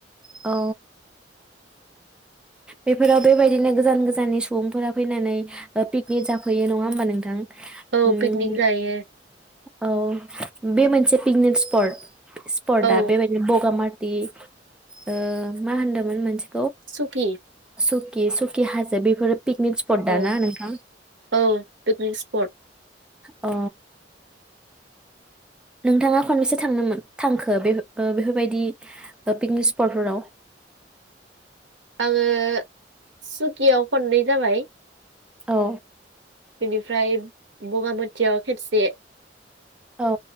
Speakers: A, in the centre; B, on the right.
A: औ। बेफोराव बेबायदिनो गोजान गोजाननि सुबुंफोरा फैनानै पिकनिक जाफैयो नङा होमबा नोंथां?
B: औ
A: उम
B: पिकनिक जायो।
A: औ बे मोनसे पिकनिक स्पट सपर्दा
B: औ
A: बेबायनो बगा मा दि ओ मा होनदोंमोन मोनसे
B: सखि
A: सुकि सुकि हाजो बेफोरो पिकनिक स्पट दा
B: औ
A: ना नोंथां?
B: औ पिकनिक स्पट
A: औ। नोंथाङा खनबैसे थांनोमोन थांखो बे बेफोरबायदि पिकनिक स्पटफोराव
B: आङो सुखियाव खननै जाबाय।
A: औ
B: बेनिफ्राय बगामाथियाव खेबसे। <unintelligible>
A: औ